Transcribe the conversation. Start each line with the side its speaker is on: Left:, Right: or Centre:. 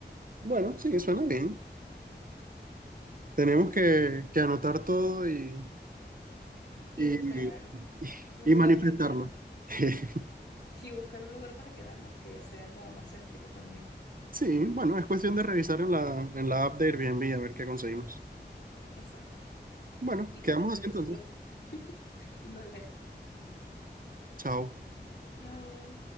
Right: Bueno, sí, suena bien. Tenemos que, que anotar todo y,
Left: Y
Right: y,
Left: buscar un
Right: y
Left: lugar
Right: manifestarlo.
Left: para quedarnos.
Right: <laughs>
Left: Y buscar un lugar para quedarnos que sea como más céntrico también.
Right: Sí, bueno, es cuestión de revisar en la, en la app de Airbnb a ver qué conseguimos.
Left: Exacto.
Right: Bueno,
Left: Y
Right: quedamos
Left: que nos dé
Right: así
Left: el presupuesto.
Right: entonces.
Left: <laughs> Dale.
Right: Chao.
Left: Chao.